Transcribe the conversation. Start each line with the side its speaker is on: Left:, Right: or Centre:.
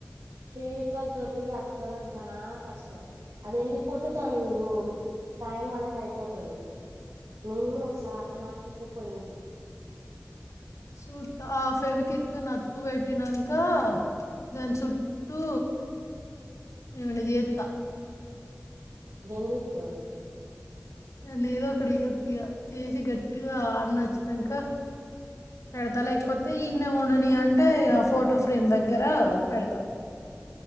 Right: పేవకల తోటి అతకడం చాల కష్టం అది ఎండిపోతు తాను నువ్వు టైం అనేది అయిపోతది నేను కూడా ఒకసారి అట్లనే అతికిత్తే పోయింది
Left: సూత్తో ఆ ఫెవికిక్ తో అతుకు పెట్టినంక దాని సుట్టూ ఏమన్న చెత్త
Right: ఏం చెత్తవ్
Left: దాన్ని ఏదో ఒకటి చెత్త ఇగ చేసి గట్టిగా ఆన్న వచ్చినంక పెడతా లేకపోతే ఈన్నె ఉండని అంటే ఆ ఫోటో ఫ్రేమ్ దగ్గర పెడతా